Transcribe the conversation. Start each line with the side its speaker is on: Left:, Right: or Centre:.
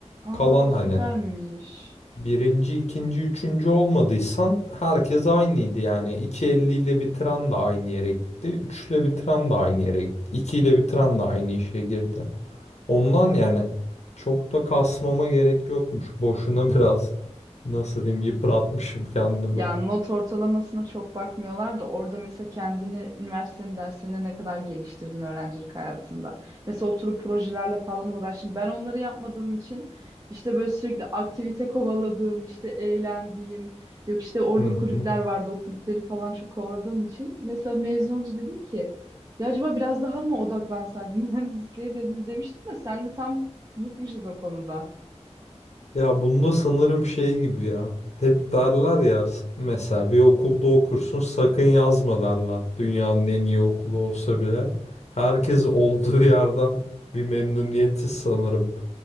Right: Aa
Left: Kalan hani
Right: süpermiş.
Left: birinci, ikinci, üçüncü olmadıysan herkes aynıydı yani. iki elli ile bitiren de aynı yere gitti. 3 ile bitiren de aynı yere gitti. 2 ile bitiren de aynı işe girdi. Ondan yani çok da kasmama gerek yokmuş. Boşuna <laughs> biraz nasıl diyeyim yıpratmışım kendimi.
Right: Yani not ortalamasına çok bakmıyorlar da orada mesela kendini üniversitenin derslerine ne kadar geliştirdin öğrencilik hayatında. Mesela oturup projelerle falan uğraştım. Ben onları yapmadığım için işte böyle sürekli aktivite kovaladığım, işte eğlendiğim, yok işte orada
Left: Hı
Right: kulüpler
Left: hı.
Right: vardı o kulüpleri falan çok kovaladığım için. Mesela mezun olunca dedim ki ya acaba biraz daha mı odaklansaydım <laughs> mühendisliğe dedim, demiştim de senle tam zıtmışız o konuda.
Left: Ya bunda sanırım şey gibi ya. Hep derler ya s- mesela bir okulda okursun sakın yazma derler. Dünyanın en iyi okulu olsa bile. Herkes olduğu yerden bir memnuniyetsiz sanırım.